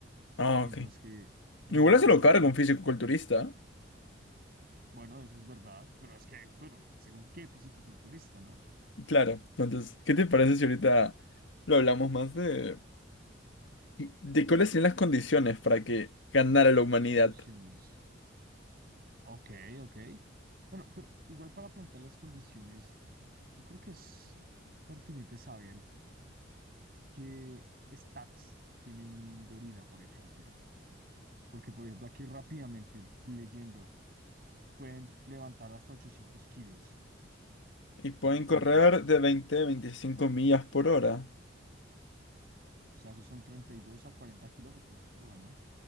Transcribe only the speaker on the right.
Mientras
que un
humano
promedio
puede,
bueno, eso es verdad, pero es que, bueno, según qué fisicoculturista, ¿no?
Condiciones. Ok, ok. Bueno, pero igual para plantear las condiciones, yo creo que es pertinente saber qué stats tiene un gorila, por ejemplo. Porque, por ejemplo, aquí rápidamente leyendo, pueden levantar hasta 800 kilos.
Por ejemplo,
si-
o sea, esos son 32 a 40 kilómetros por hora, ¿no?